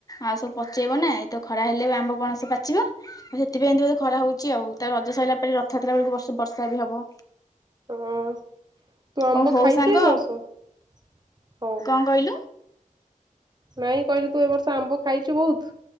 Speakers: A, on the left; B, on the right.
A: ଆଉ ସବୁ ପଚେଇବ ନା ଏ ତ ଖରା ହେଲେ ବି ଆମ୍ବ ପଣସ ପାଚିବ ଆଉ ସେଥିପାଇଁ ଖରା ହଉଛି ଆଉ ତ ରଜ ସରିଲା ପରେ ରଥଯାତ୍ରା ବେଳକୁ ବ ବର୍ଷା ବି ହବ
B: ହଁ ତୁ ଆମ୍ବ
A: ଓ ହଉ
B: ଖାଇଛୁ
A: ସାଙ୍ଗ
B: ଏ ବର୍ଷ ହଉ?
A: କଣ କହିଲୁ?
B: ନାଇଁ କହିଲି ତୁ ଏ ବର୍ଷ ଆମ୍ବ ଖାଇଛୁ ବହୁତ।